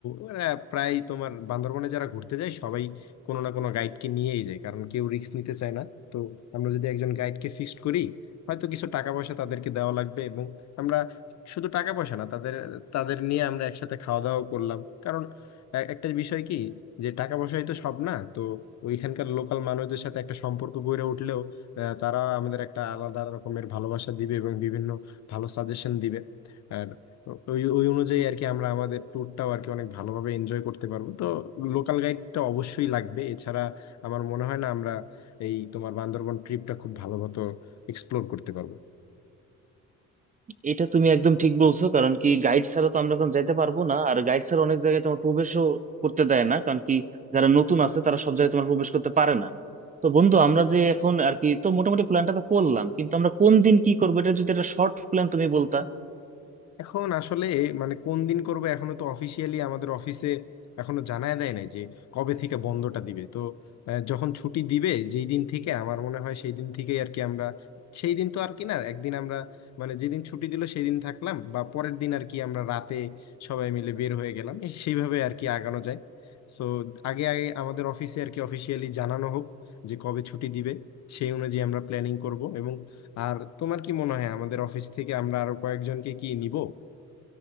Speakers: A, on the left; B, on the right.
A: ওরা প্রায় তোমার বান্দরবনে যারা ঘুরতে যায় সবাই কোনো না কোনো গাইডকে নিয়েই যায় কারণ কেউ রিস্ক নিতে চায় না তো আমরা যদি একজন গাইডকে ফিক্সড করি হয়তো কিছু টাকা পয়সা তাদেরকে দেওয়া লাগবে এবং আমরা শুধু টাকা পয়সা না তাদের তাদের নিয়ে আমরা একসাথে খাওয়া দাওয়া করলাম এ- একটা বিষয় কি যে টাকা পয়সাই তো সব না তো ওইখানকার লোকাল মানুষদের সাথে একটা সম্পর্ক গড়ে উঠলেও আহ, তারা আমাদের একটা আলাদা রকমের ভালোবাসা দিবে এবং বিভিন্ন ভালো সাজেশন দিবে আর ওই ওই অনুযায়ী আর কি আমরা আমাদের ট্যুরটাও আর কি অনেক ভালোভাবে এনজয় করতে পারবো তো লোকাল গাইডটা অবশ্যই লাগবে এছাড়া আমার মনে হয় না আমরা এই তোমার বান্দরবন ট্রিপটা খুব ভালো মতো এক্সপ্লোর করতে পারবো
B: এটা তুমি একদম ঠিক বলছো কারণ কি গাইড ছাড়া তো আমরা এখন যাইতে পারবো না আর গাইড ছাড়া অনেক জায়গায় তোমার প্রবেশও করতে দেয় না কারণ কি যারা নতুন আছে তারা সব জায়গায় তোমার প্রবেশ করতে পারে না তো বন্ধু আমরা যে এখন আর কি তো মোটামুটি প্ল্যানটা তো করলাম কিন্তু আমরা কোন দিন কি করবো এটা যদি একটা শর্ট প্ল্যান তুমি বলতা
A: এখন আসলে মানে কোন দিন করবে এখনো তো অফিসিয়ালি আমাদের অফিসে এখনো জানায় দেয় নাই যে কবে থেকে বন্ধটা দিবে তো আহ, যখন ছুটি দিবে যেই দিন থেকে আমার মনে হয় সেই দিন থেকেই আর কি আমরা সেই দিন তো আর কি না একদিন আমরা মানে যেদিন ছুটি দিল সেই দিন থাকলাম বা পরের দিন আর কি আমরা রাতে সবাই মিলে বের হয়ে গেলাম এই সেইভাবে আর কি আগানো যায় সো আগে আগে আমাদের অফিসে আর কি অফিসিয়ালি জানানো হোক যে কবে ছুটি দিবে সেই অনুযায়ী আমরা প্ল্যানিং করব আর তোমার কি মনে হয় আমাদের অফিস থেকে আমরা আরো কয়েকজনকে কি নিব